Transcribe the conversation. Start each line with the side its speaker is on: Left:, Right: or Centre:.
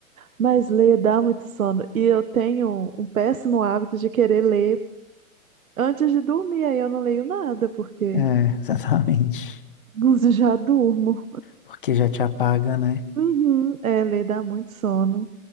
Right: mas ler dá muito sono. E eu tenho um péssimo hábito de querer ler antes de dormir. Aí eu não leio nada, porque
Left: É, <laughs> exatamente.
Right: <laughs> já durmo.
Left: Porque já te apaga, né?
Right: Uhum. É, ler dá muito sono.